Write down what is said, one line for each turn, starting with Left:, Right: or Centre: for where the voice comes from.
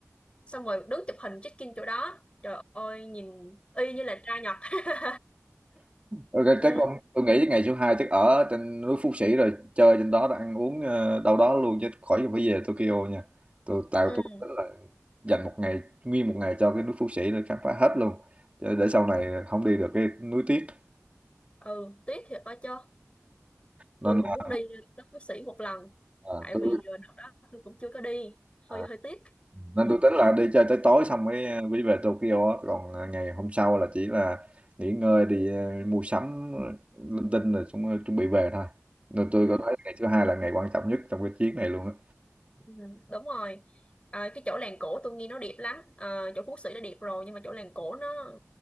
Left: xong rồi đứng chụp hình check in chỗ đó trời ơi nhìn y như là trai Nhật <laughs>
Right: Ok,
Left: ừ
Right: chắc con tôi nghĩ ngày số 2 chắc ở trên núi Phú Sĩ rồi chơi trên đó rồi ăn uống ờ, đâu đó luôn chứ khỏi phải về Tokyo nha. Tôi tạo
Left: ừ
Right: tôi tính là dành một ngày nguyên một ngày cho cái núi Phú Sĩ để khám phá hết luôn. Chứ để sau này không đi được cái núi tiếc
Left: ừ tiếc thiệt đó chứ
Right: nên
Left: tôi cũng
Right: là
Left: muốn đi tới Phú Sĩ một lần
Right: à,
Left: tại
Right: tôi
Left: vì ờ, đợt đó tôi cũng chưa có đi
Right: à,
Left: hơi hơi tiếc
Right: nên
Left: ừ
Right: tôi tính là đi chơi tới tối xong mới à, mới về Tokyo á. Còn à, ngày hôm sau là chỉ là nghỉ ngơi đi ờ, mua sắm linh tinh rồi chúng chuẩn bị về thôi. Nên tôi
Left: ừ
Right: có thấy ngày thứ hai là ngày quan trọng nhất trong cái chuyến này luôn á.
Left: Ừ, đúng rồi à, cái chỗ làng cổ tôi nghe nó đẹp lắm à, chỗ Phú Sĩ đã đẹp rồi nhưng mà chỗ làng cổ nó